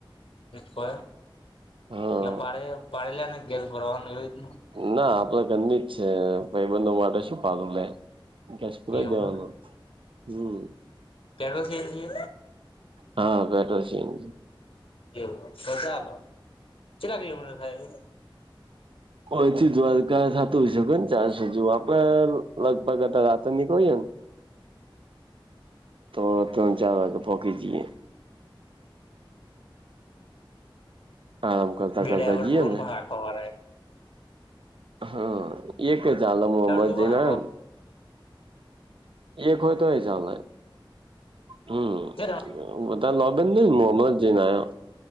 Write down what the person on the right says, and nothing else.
હા
ના આપલ ગની જ છે ભાઈબંધ માટેટા શું પાલ લ. દેશપુરા
દવાનું હમ.
હા બેઠો છી એમ.
કોઈથી દ્વારકા થતું હોય શકે ને ચારસોજુ આપડે લગભગ અ રાતે નીકળીએ. તો તો ચાલે વા પોકી જઈએ. આરામ કરતા
કરતા
જઈએ
ને
હા એક ચાલે મજી
ના.
એક હોય તો એ ચાલે હમ
બધા લો. બંદ મોહમ્મદ જે ના્યા.